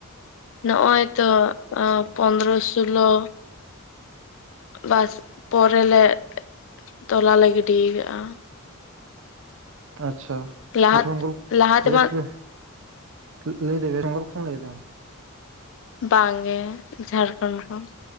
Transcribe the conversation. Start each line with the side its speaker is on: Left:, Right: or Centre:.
Left: ᱱᱚᱜ-ᱚᱭ ᱛᱚ ᱚᱸ ᱯᱚᱱᱫᱽᱨᱚ ᱥᱳᱞᱳᱼᱼ ᱵᱟᱥ ᱯᱚᱨᱮ ᱞᱮ ᱮᱜ ᱛᱚᱞᱟ ᱞᱮ ᱜᱤᱰᱤᱭ ᱠᱟᱜ-ᱟ᱾
Right: ᱛᱚ ᱟᱪᱪᱷᱟ
Left: ᱞᱟᱦᱟ
Right: ᱢᱤᱜᱴᱷᱮᱜ ᱵᱟᱝ ᱜᱚᱞ
Left: ᱞᱟᱦᱟ ᱛᱮᱢᱟ
Right: ᱣᱮᱥᱴ ᱵᱮ᱾ <inaudible> ᱞᱟᱹᱭ ᱫᱟᱢ ᱵᱮᱝᱜᱚᱞ ᱠᱷᱚᱱ ᱞᱟᱹᱭ ᱫᱟᱢ᱾
Left: ᱵᱟᱝ ᱜᱮ ᱡᱷᱟᱨᱠᱚᱸᱰ ᱠᱷᱚᱱ᱾